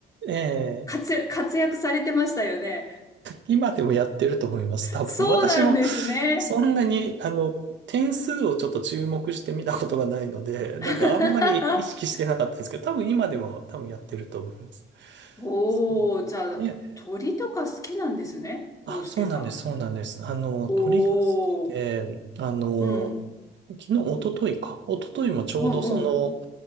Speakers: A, on the right; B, on the left.
A: え
B: 活躍、
A: え、
B: 活躍されてましたよね。
A: 今でもやってると思います、多分。
B: そうなんですね。
A: 私も、そんなに、あの、点数をちょっと注目してみたことがないので、なんかあんまり意識してなかったんですけど、
B: <laughs>
A: 多分今でも多分やってると思います。
B: おー、
A: そう。
B: じゃあ、
A: ね
B: 鳥とか好きなんですね、
A: あ、
B: 康介さん。
A: そうなんです、そうなんです。あの、
B: おー、
A: 鳥が好きで、あの、
B: うん、
A: 昨日、一昨日か。一昨日もちょうどその、
B: うん、うん。